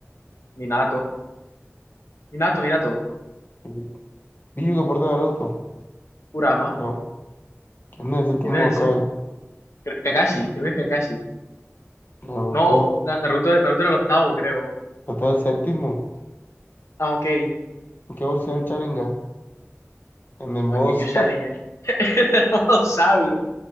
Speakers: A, on the left; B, on the left.
A: Minato. Minato, Minato.
B: Vito. Billo que porta Naruto.
A: Kurama.
B: Wow. ¿Quién es el séptimo
A: ¿Quién es
B: Hokage?
A: el set- Cre- Kakashi, creo que es Kakashi.
B: Naruto.
A: No, Na- Naruto, Naruto era el octavo, creo.
B: Hasta el séptimo.
A: Ah, ok.
B: ¿En qué versión el Sharingan? En el Mozo.
A: Mangekyo Sharingan.
B: <laughs>
A: <laughs> Oh, sabio.